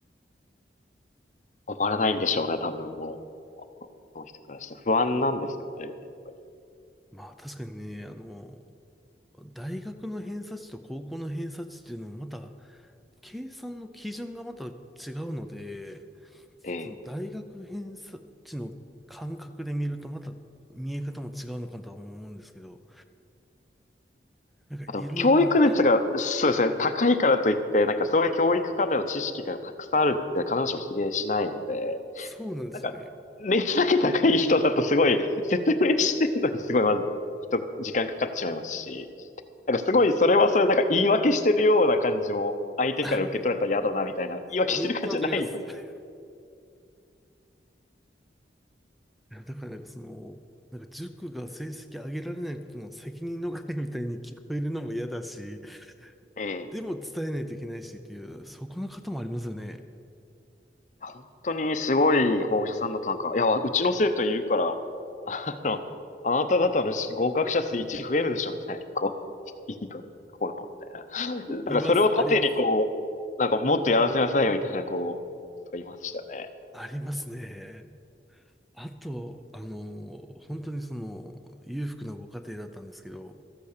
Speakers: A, on the left (about 40°); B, in the centre.
A: 止まらないんでしょうね、多分もう。この人からしたら不安なんですかね、やっぱり。
B: まあ確かにね、あの、大学の偏差値と高校の偏差値っていうのもまた、計算の基準がまた違うので、
A: ええ。
B: その大学偏差値の感覚で見るとまた見え方も違うのかとは思うんですけど、なんかいろんな、
A: あと教育熱が、そうですね、高いからといって、なんかそういう教育関連の知識がたくさんあるって必ずしも比例しないので、
B: そうなんですよね。
A: なんか、熱だけ高い人だとすごい、説明してるのにすごいまず、人、時間かかってしまいますし、なんかすごい、それはそれ、なんか言い訳してるような感じも、相手から受け取られたら嫌だな、
B: <laughs>
A: みたいな、言い訳してる感じじゃないのに、
B: あ、めっちゃわかります。いやだからなんかその、なんか塾が成績上げられないことの責任逃れみたいに聞こえるのも嫌だし、
A: ええ。
B: でも伝えないといけないしっていう、そこの方もありますよね。
A: 本当にすごい保護者さんだとなんか、いや、うちの生徒いるから、あの、あなた方のし合格者数1増えるでしょみたいな、こう、いいとこの、みたいな。
B: います、
A: なんかそれを盾にこう、
B: あります。
A: なんかもっとやらせなさいよみたいな、こう、とかいましたね。
B: ありますね。あと、あの、本当にその、裕福なご家庭だったんですけど、